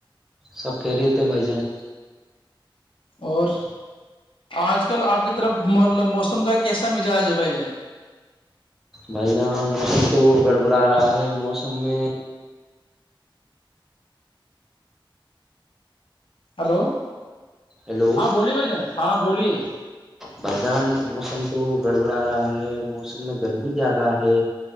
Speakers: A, in the centre; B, on the left.
A: سب کہہ رہے تھے بھائی جان
B: اور آج کل آپ کی طرف موسم کا کیسا مزاج ہے بھائی جان
A: بھائی جان موسم تو گڑبڑا رہا ہے موسم میں
B: ہیلو
A: ہیلو
B: ہاں بولیے بھ جان ہاں بولیے
A: برجان موسم تو گڑبڑا رہا ہے موسم میں گرمی زیادہ ہے